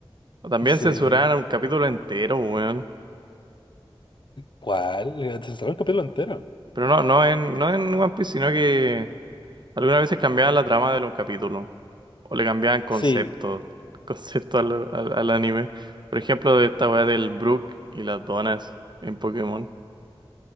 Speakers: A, on the right; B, on the left.
A: O también
B: Sí.
A: censuraron un capítulo entero, weón.
B: ¿Cuál? Censuraron el capítulo entero.
A: Pero no, no en, no en One Piece, sino que algunas veces cambiaban la trama de los capítulos. O le cambiaban conceptos.
B: Sí,
A: <laughs> Conceptos al, al, al anime. Por ejemplo, de esta weá del Brook y las donas en Pokémon.